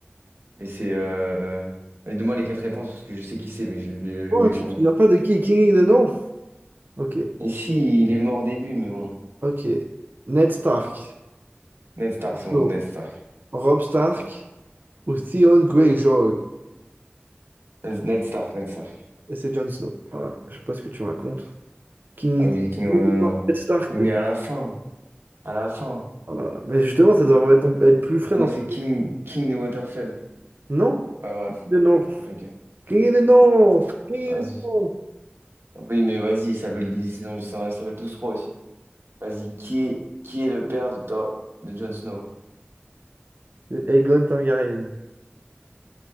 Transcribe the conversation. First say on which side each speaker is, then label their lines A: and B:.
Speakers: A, on the right; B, on the right.
A: Mais c'est... Euh... Allez, Donne-moi les quatre réponses, parce que je sais qui c'est, mais je- j'ai
B: Oh,
A: j'ai oublié
B: tu
A: son
B: te
A: nom.
B: souviens pas de qui est King in the North? Ok,
A: Et si, il est mort au début, mais bon.
B: ok. Ned Stark.
A: Ned Stark, son
B: Non.
A: Ned Stark.
B: Robb Stark ou Theon Greyjoy.
A: Ned Ned Stark, Ned Stark.
B: Et c'est Jon Snow. Voilà, je sais pas ce que tu racontes. King,
A: Ah oui,
B: King
A: c'est King, oh, non,
B: in
A: non,
B: the North,
A: non.
B: Ned Stark.
A: Oui,
B: Mais,
A: mais à la fin, à la fin.
B: oh là là. Mais justement, ça devrait être, être plus frais
A: Ah
B: dans
A: non,
B: ta...
A: c'est King, King de Waterfell.
B: Non?
A: Ouais, bref,
B: de North.
A: ok,
B: King of the North. King
A: vas-y.
B: of the North.
A: Oui, mais vas-y, ils s'appellent ils sont- ils s'appellent tous trois aussi. Vas-y, qui est, qui est le père de, Thor- de Jon Snow?
B: Le Aegon Targaryen.